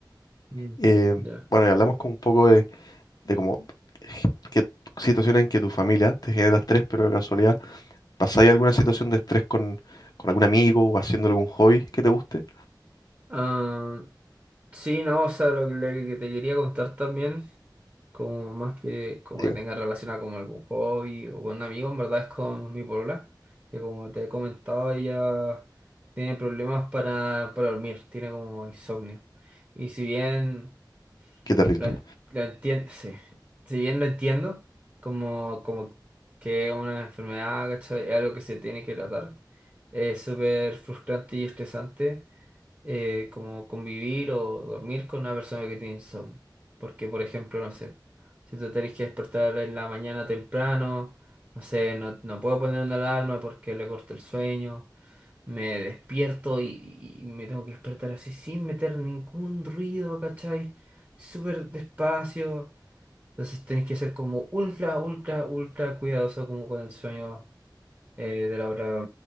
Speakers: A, on the right (about 25°); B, on the left (about 55°).
A: Mm,
B: Eh,
A: Ya.
B: bueno, y hablamos con un poco de, de como que situaciones en que tu familia te genera estrés, pero de casualidad, ¿pasáis alguna situación de estrés con, con algún amigo o haciendo algún hobby que te guste?
A: Ah, sí, no, o sea, lo que, lo que te quería contar también, como más que como
B: Digo,
A: que tenga relación a como algún hobby o con un amigo, en verdad es con mi polola, que como te he comentado, ella tiene problemas para, para dormir, tiene como insomnio. Y si bien
B: qué terrible.
A: Lo, en- lo entiendo, sí. Si bien lo entiendo, como, como que una enfermedad, ¿cachai? Es algo que se tiene que tratar. Es súper frustrante y estresante eh, como convivir o dormir con una persona que tiene insomnio. Porque, por ejemplo, no sé, si tú tenés que despertar en la mañana temprano, no sé, no, no puedo poner una alarma porque le corto el sueño. Me despierto y, y me tengo que despertar así sin meter ningún ruido, ¿cachai? Súper despacio. Entonces tenés que ser como ultra, ultra, ultra cuidadoso como con el sueño eh, de la otra,